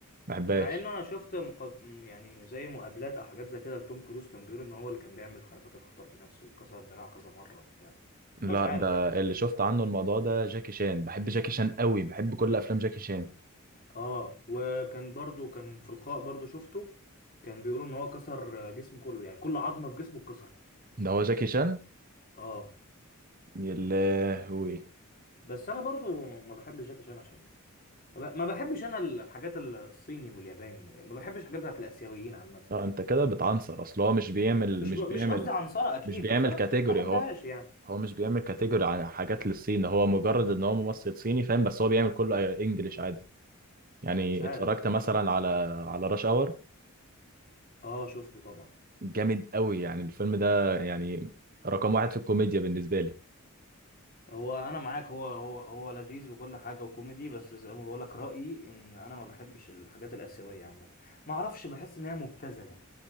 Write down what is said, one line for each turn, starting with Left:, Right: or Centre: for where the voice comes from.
Right: بحبهاش
Left: مع انه انا شفت مقاب... يعني زي مقابلات او حاجات زي كده لتوم كروز كان بيقول ان هو اللي كان بيعمل حركات الخطر بنفسه وكسر دراعه كذا مره وبتاع
Right: لا
Left: انا مش عارف
Right: ده
Left: يعني
Right: اللي شفت عنه الموضوع ده جاكي شان بحب جاكي شان قوي بحب كل افلام جاكي شان
Left: اه وكان برضو كان في لقاء برضو شفته كان بيقولوا ان هو كسر جسمه كله يعني كل عظمه في جسمه اتكسرت
Right: ده هو جاكي شان
Left: اه
Right: يا لهوي
Left: بس انا برضو ما بحبش جاكي شان عشان ما ب- ما بحبش انا الحاجات الصيني والياباني ما بحبش الحاجات بتاعت الاسيويين عامه
Right: لا انت كده بتعنصر اصل هو مش بيعمل
Left: مش
Right: مش
Left: ب... مش
Right: بيعمل
Left: قصدي عنصرة اكيد
Right: مش بيعمل
Left: بس انا
Right: كاتيجوري
Left: ما بحبهاش
Right: هو
Left: يعني
Right: هو مش بيعمل كاتيجوري عن حاجات للصين هو مجرد ان هو ممثل صيني فاهم بس هو بيعمل كله انجليش عادي يعني
Left: مش عارف
Right: اتفرجت مثلا
Left: اه
Right: على على راش اور
Left: آه، شفته طبعا
Right: جامد قوي يعني الفيلم ده يعني رقم واحد في الكوميديا بالنسبه لي
Left: هو انا معاك هو هو هو لذيذ وكل حاجه وكوميدي بس زي ما بقولك رايي ان انا ما بحبش الحاجات الاسيويه عامه ما اعرفش بحس ان هي مبتذله